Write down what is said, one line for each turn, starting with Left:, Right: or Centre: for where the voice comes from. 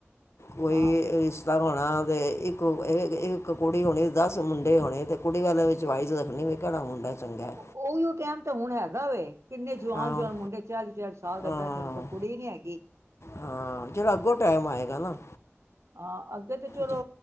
Left: ਓਈ
Right: ਹਾਂ
Left: ਏ ਰਿਸ ਦਾ ਹੋਣਾ ਤੇ ਇੱਕ‌ ਅ ਇੱਕ ਕੁੜੀ ਹੋਣੀ ਦਸ ਮੁੰਡੇ ਹੋਣੇ ਤੇ ਕੁੜੀ ਵਾਲਿਆਂ ਵਿੱਚ ਚਵਾਇਜ਼ ਰੱਖਣੀ ਵੀ ਕੇੜਾ ਮੁੰਡਾ ਚੰਗਾ ਚੋਂ
Right: ਓ ਲੋ ਟ ਟੈਮ ਤੇ ਹੁਣ ਹੈਗਾ ਵੇ ਕਿੰਨੇ ਜੁਆਨ
Left: ਹਾਂ
Right: ਜੁਆਨ ਮੁੰਡੇ ਚਾਲੀ ਚਾਲੀ ਸਾਲ ਦੇ
Left: ਹਾਂ
Right: ਬੈਠੇ ਨੇ ਕੋਈ ਕੁੜੀ ਨੀ ਹੈਗੀ ਈ
Left: ਹਾਂ ਜੇਰਾ ਅੱਗੋਂ ਟੈਮ ਆਏਗਾ ਨਾ
Right: ਆਂ ਅੱਗੇ ਤੇ ਚਲੋ
Left: ਜ-